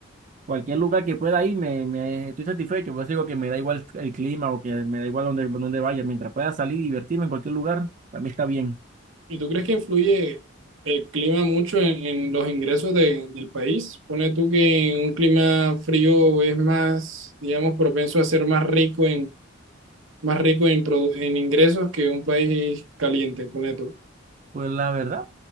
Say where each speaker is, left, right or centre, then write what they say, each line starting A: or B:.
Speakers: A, on the right (about 40°); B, on the right (about 85°).
A: cualquier lugar que pueda ir me, me estoy satisfecho, pues digo que me da igual el clima o que me da igual donde, donde vaya, mientras pueda salir y divertirme en cualquier lugar, para mí está bien.
B: ¿Y tú crees que influye el clima mucho en, en los ingresos de- del país? Pone tú que un clima frío es más, digamos, propenso a ser más rico más rico en, produ- en ingresos que un país caliente, ponle tú.
A: Pues la verdad,